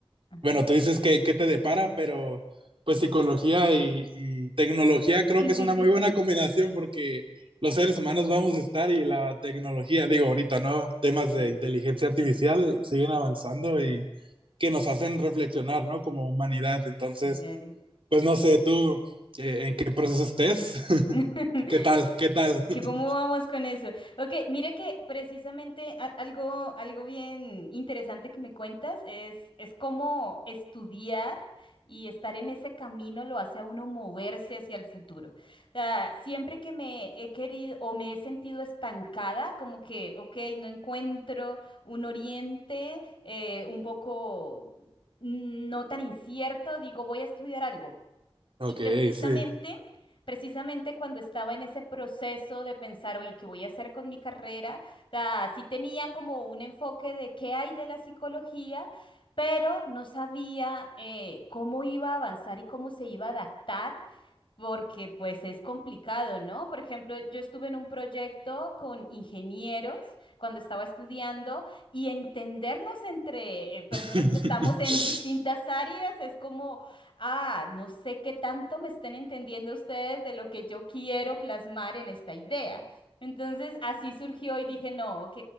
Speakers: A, on the left; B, on the right.
A: ajá,
B: bueno, tú dices que, que te depara, pero pues psicología y, y tecnología creo
A: <laughs>
B: que es una muy buena combinación porque los seres humanos vamos a estar y la tecnología, digo, ahorita, ¿no? Temas de
A: sí,
B: inteligencia artificial siguen avanzando y que nos hacen reflexionar, ¿no? Como humanidad. Entonces,
A: claro.
B: pues no sé, tú, eh, ¿en qué proceso estés? <laughs>
A: <laughs>
B: ¿Qué tal? ¿Qué tal? <laughs>
A: ¿Que cómo vamos con eso? Ok, mire que precisamente a- algo, algo bien interesante que me cuentas es, es cómo estudiar y estar en ese camino lo hace a uno moverse hacia el futuro. O sea, siempre que me he querido o me he sentido estancada, como que, ok, no encuentro un oriente eh, un poco mm, no tan incierto, digo, voy a estudiar algo.
B: Ok,
A: Y precisamente,
B: sí.
A: precisamente cuando estaba en ese proceso de pensar, oye, ¿qué voy a hacer con mi carrera? O sea, sí tenía como un enfoque de qué hay de la psicología, pero no sabía eh, cómo iba a avanzar y cómo se iba a adaptar porque pues es complicado, ¿no? Por ejemplo, yo estuve en un proyecto con ingenieros cuando estaba estudiando y entendernos entre eh, personas
B: <laughs>
A: que estamos en
B: Sí,
A: distintas áreas es como, ah, no sé qué tanto me estén entendiendo ustedes de lo que yo quiero plasmar en esta idea. Entonces, así surgió y dije, no, ok,